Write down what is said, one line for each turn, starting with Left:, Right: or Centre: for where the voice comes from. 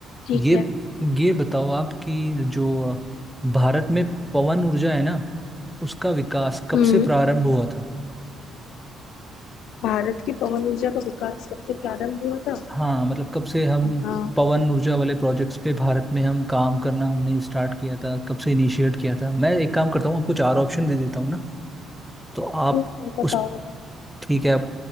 Left: ठीक
Centre: ये
Left: है
Centre: ये बताओ आप कि जो भारत में पवन ऊर्जा है ना उसका विकास कब
Left: हम्म
Centre: से प्रारंभ हुआ था
Left: भारत की पवन ऊर्जा का विकास कब से प्रारंभ हुआ था
Centre: हाँ मतलब कब से हम
Left: अ,
Centre: पवन ऊर्जा वाले प्रोजेक्ट्स पे भारत में हम काम करना हमने स्टार्ट किया था कब से इनिशिएट किया था मैं एक काम करता हूँ आपको चार ऑप्शन दे देता हूँ ना तो आप
Left: हम्म, बताओ
Centre: उस
Left: बताओ
Centre: ठीक है आप